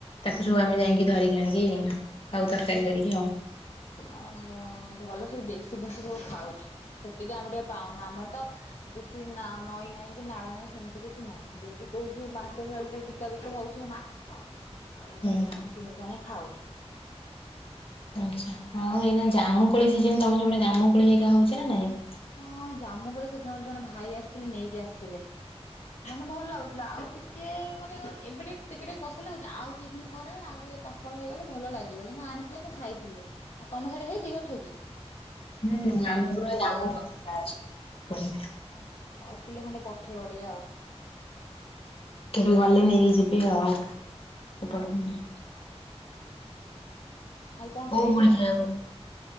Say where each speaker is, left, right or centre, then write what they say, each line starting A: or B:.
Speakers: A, on the left (about 55°); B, on the left (about 75°).
A: ତାକୁ ସବୁ ଆମେ ଯାଇକି ଧରିକି ଆଣିକି ଖାଉ ଆଉ ତରକାରୀ କରିକି ଆଉ।
B: ଓହୋ ଭଲ ସବୁ ଦେଶୀ ଦେଶୀ ସବୁ ଖାଉଛୁ। ସେତିକି ଆମେ ଟିକେ ପାଉନୁ ଆମର ତ କିଛି ନାଁ ନଈ ନାହିଁ କି ନାଳ ନାହିଁ ସେମିତି କିଛି ନାହିଁ ଯଦି କୋଉଠି ମାର୍କେଟ ବିକା ବିକି ହଉଥିବ ମାଛ୍। ହଁ ଆଉ
A: ହୁଁ
B: ସେ ଆମେ କିଣିକାଣି ଖାଉ।
A: ଆଛା ଆଉ ଏଇନା ଜାମୁକୋଳି ସିଜିନ୍ ତମେ ସେପଟେ ଜାମୁକୋଳି ହେଇକା ହଉଛି ନା ନାଇଁ?
B: ହଁ ଜାମୁ କୋଳି ସେଦିନ ଗୋଟେ ଜଣେ ଭାଇ ଆସିଥିଲେ ନେଇକି ଆସିଥିଲେ। ମାନେ ଭଲ ଲାଗୁଥିଲା ଆଉ ଟିକେ ମାନେ ଏବେ ଟିକେ ଟିକେ ଟିକେ କଷା ଲାଗୁଛି ଆଉ କିଛି ଦିନ ପରେ ଆଉ ଟିକେ ପାକ୍ କଳ ହେଇଗଲେ ଭଲ ଲାଗିବ କିନ୍ତୁ ଆଣିଥିଲେ ଆମେ ଖାଇଥିଲୁ। ଆଉ ତମ ସେଇଠୀ ହେଇଛି ଗଛ କି?
A: ହୁଁ ଆମ ପୁରା ଜାମୁ ବଗିଚା ଅଛି। <unintelligible>
B: ହଉ ହଉ କିଲେ ଖଣ୍ଡେ ପଠେଇବ ଟିକେ ଆଉ।
A: କେବେ ଗଲେ ନେଇକି ଯିବି ଆଉ ଏପଟ ହୁଁ।
B: ଆଜି କଣ
A: କୋଉ
B: ଖାଇଥିଲ
A: <unintelligible>